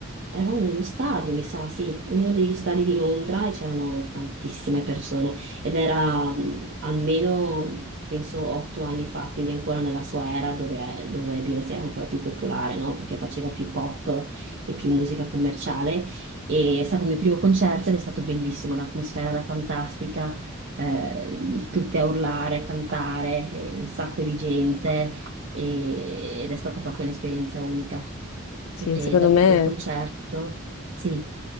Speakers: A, on the right (about 55°); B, on the left (about 75°).
A: eravamo nello stadio, mi sa, sì, in uno degli stadi di Londra e c'erano tantissime persone ed era mh, almeno, penso, otto anni fa, quindi ancora nella sua era dove, dove Beyoncé era ancora più popolare, no? Perché faceva più pop e più musica commerciale. E è stato il mio primo concerto ed è stato bellissimo, l'atmosfera era fantastica eh, tutte a urlare, a cantare, eh, un sacco di gente e- ed è stata proprio un'esperienza unica.
B: Sì,
A: E
B: secondo
A: dopo
B: me
A: quel concerto, sì,